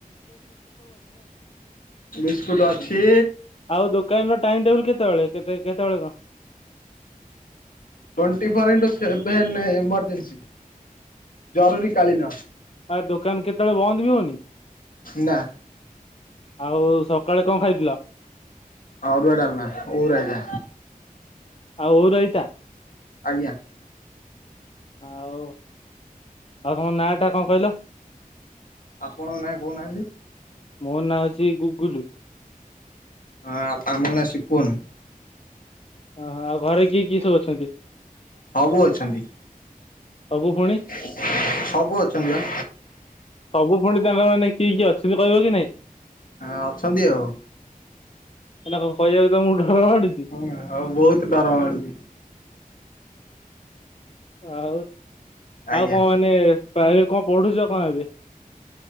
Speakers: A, on the left; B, on the left.
A: ବିସ୍କୁଟ ଅଛି
B: ଆଉ <unintelligible> ତମର ଟାଇମ୍ ଟେବୁଲ୍ କେତେବେଳେ କେତଳେ କଣ?
A: ଟ୍ୱଣ୍ଟି ଫୋର ଇଁଟୁ ସେଭେନେ ଏମୋର୍ଜିନ୍ସୀ ଜରୁରୀ କାଳୀନ
B: ଆ ଦୋକାନ କେତେବେଳେ ବନ୍ଦ ବି ହଉନି
A: ନା
B: ଆଉ ସକାଳେ କଣ ଖାଇଥିଲ?
A: ଅରୁଆ, ଡାଲମା, ଓଉ ରାଇତା
B: ଆଉ ଓଉ ରାଇତା?
A: ଆଜ୍ଞା ।
B: ଆଉ ଆଉ ତମ ନା ଟା କଣ କହିଲ?
A: ଆପଣଙ୍କ ନାଁ କହୁନାହାନ୍ତି
B: ମୋ ନାଁ ହଉଛି ଗୁଗୁଲୁ ।
A: ଆ ମାମୁ ନାଁ ସିପୁନ୍ ।
B: ଓହୋ ଆଉ ଘରେ କିଏ କିଏ ସବୁ ଅଛନ୍ତି?
A: ସବୁ ଅଛନ୍ତି ।
B: ସବୁ ପୁଣି
A: ସବୁ ଅଛନ୍ତି ପା
B: ସବୁ ପୁଣି ତାଙ୍କ ମାନେ କିଏ କିଏ ଅଛନ୍ତି କହିବକି ନାଇଁ?
A: ହଁ ଅଛନ୍ତି ଆଉ
B: ହାଲୋ କହିବାକୁ ତମକୁ ଡର ମାଡୁଛି?
A: ହଁ ଆଉ ବହୁତ ଦରମା ମିଳୁଛି
B: ଆଉ
A: ଆଜ୍ଞା।
B: ଆଉ କଣ ମାନେ ତ ପ୍ରାଇ ରେ କଣ ପଢୁଚ କଣ ଏବେ?